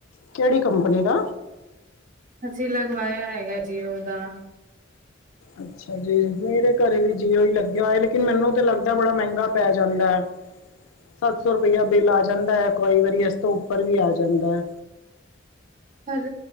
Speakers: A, on the left; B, on the right.
A: ਕਿਹੜੀ ਕੰਪਨੀ ਦਾ?
B: ਅਸੀਂ ਲਗਵਾਇਆ ਹੈਗਾ ਜੀਓ ਦਾ।
A: ਅੱਛਾ ਜੀ ਮੇਰੇ ਘਰੇ ਵੀ ਜੀਓ ਈ ਲੱਗਿਆ ਐ ਲੇਕਿਨ ਮੈਨੂੰ ਤੇ ਲੱਗਦਾ ਬੜਾ ਮਹਿੰਗਾ ਪੈ ਜਾਂਦਾ। ਸੱਤ ਸੌ ਰੁਪਇਆ ਬਿੱਲ ਆ ਜਾਂਦਾ ਐ ਕਈ ਵਾਰੀ ਇਸ ਤੋਂ ਉੱਪਰ ਵੀ ਆ ਜਾਂਦਾ।
B: ਪਰ